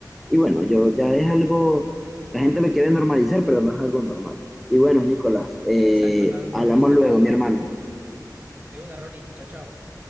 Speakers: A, in the centre; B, on the right.
A: Y bueno, yo ya es algo, la gente lo quiere normalizar, pero no es algo normal. Y bueno, Nicolás, eh,
B: Exacto, no, no, no
A: hablamos
B: no está
A: luego,
B: nada bien.
A: mi hermano.
B: De una, Ronnie. Chao, chao.